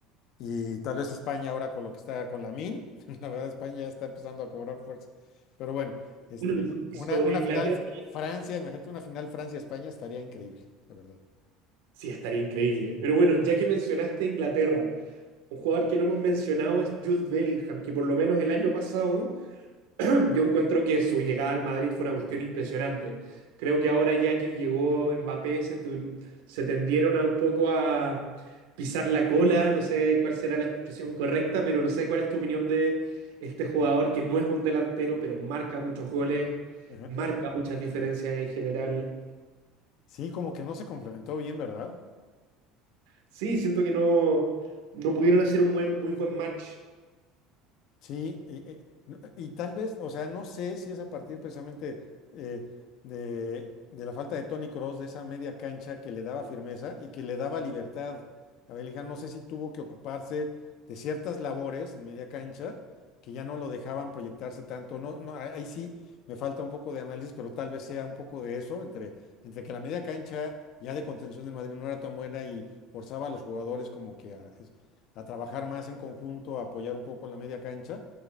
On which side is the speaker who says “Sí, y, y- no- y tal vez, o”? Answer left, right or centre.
Left